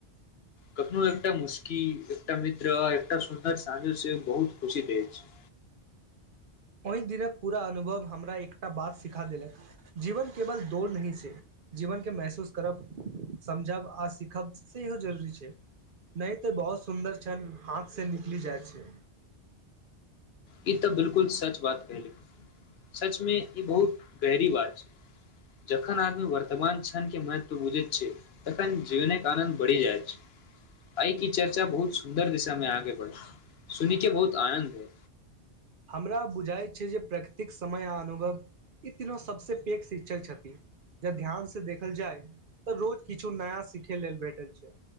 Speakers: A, on the right; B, on the left.
A: <inaudible>
B: कखनो एकटा मुस्की एकटा मित्र आ एकटा सुन्दर साँझो से बहुत खुशी दैत छेय
A: ओय दिनक पूरा अनुभव हमरा एकटा बात सिखा देलक जीवन केवल दोड़ नैही छैय जीवन के महसूस करब समझब आ सीखब सेहो जरूरी छैय नैह तऽ बहुत सुन्दर छैन हाथ से निकलि जाइय छैय
B: इ तऽ बिल्कुल सच बात कैहदेलौ सच में इ बहुत गहरी बात छैय जखन आदमी वर्तमान क्षणके महत्व बुझैत छैय तखन जीनैय के आनंन्द बड़ी जाइछ आइय के चर्चा बहुत सुन्दर दिशा में आगे बढ़ैय सुनि के बहुत आनंन्द भेल
A: हमरा बुझाइत छै जे प्रकृतिक समय आ अनुभव इ तीनो सब से पैघ शिक्षन छथिन जो ध्यान से देखल जाय तऽ रोज किछो नया सिखे लेल भेटल छै